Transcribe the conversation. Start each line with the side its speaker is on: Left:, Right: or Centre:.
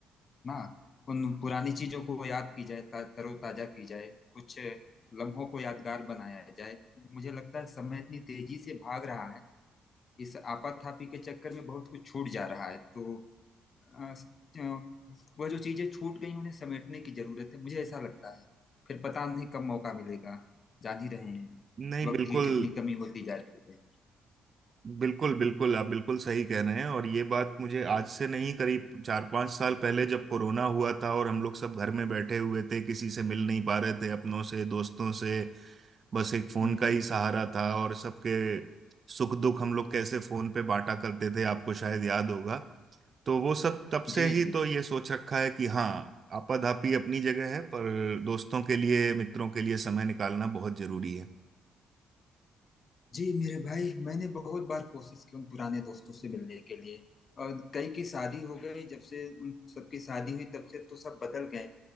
Left: ना उन पुरानी चीजों को याद की जाए ता- तरोताजा की जाए कुछ लम्हों को यादगार बनाया जाए मुझे लगता है समय इतनी तेजी से भाग रहा है इस आपाधापी के चक्कर में बहुत कुछ छूट जा रहा है तो अ, स- अ, वह जो चीजें छूट गई उन्हें समेटने की जरूरत है मुझे ऐसा लगता है फिर पता नहीं कब मौका मिलेगा जान ही रहे हैं
Right: नहीं
Left: वक्त
Right: बिल्कुल
Left: की कितनी कमी होती जा रही है
Right: बिल्कुल बिल्कुल आप बिल्कुल सही कह रहे हैं और ये बात मुझे आज से नहीं करीब चार पांच साल पहले जब कोरोना हुआ था और हम लोग सब घर में बैठे हुए थे किसी से मिल नहीं पा रहे थे अपनों से दोस्तों से बस एक फोन
Left: हम्म
Right: का
Left: हम्म।
Right: ही सहारा था और सबके सुख दुख हम लोग कैसे फोन पे बांटा करते थे आपको शायद याद होगा तो वो सब तब
Left: जी
Right: से ही
Left: जी
Right: तो ये सोच रखा है कि हाँ आपाधापी अपनी जगह है पर दोस्तों के लिए मित्रों के लिए समय निकालना बहुत जरूरी है
Left: जी मेरे भाई मैंने बहुत बार कोशिश की उन पुराने दोस्तों से मिलने के लिए और कई की शादी हो गई जब से उन सबकी शादी हुई तब से तो सब बदल गए